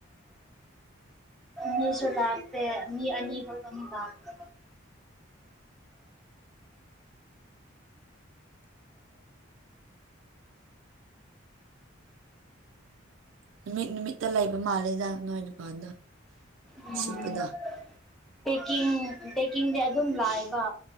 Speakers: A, in the centre; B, on the right (about 70°).
A: ꯃꯤꯁꯨ ꯂꯥꯛꯇꯦ ꯃꯤ ꯑꯅꯤ ꯈꯛꯇ ꯃꯄꯥꯟꯗ
B: ꯅꯨꯃꯤꯠ ꯅꯨꯃꯤꯠꯇ ꯂꯩꯕ ꯃꯥꯜꯂꯦꯗ ꯅꯣꯏ ꯗꯨꯀꯥꯟꯗꯣ
A: ꯎꯝ
B: ꯁꯤꯠꯄꯗꯣ
A: ꯄꯦꯛꯀꯤꯡ ꯄꯦꯛꯀꯤꯡꯗꯤ ꯑꯗꯨꯝ ꯂꯥꯛꯑꯦꯕ